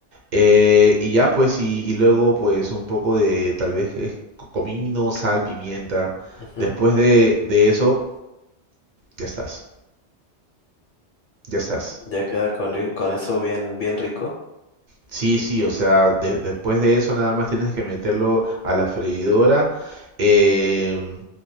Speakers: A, on the right; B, on the left.
A: Eh, y ya pues y, y luego pues un poco de tal vez eh, co- comino, sal, pimienta.
B: ujú.
A: Después de, de eso ya estás, ya estás.
B: Ya queda con, ri- con eso bien, bien rico.
A: Sí, sí, o sea, de- después de eso nada más tienes que meterlo a la freidora. em,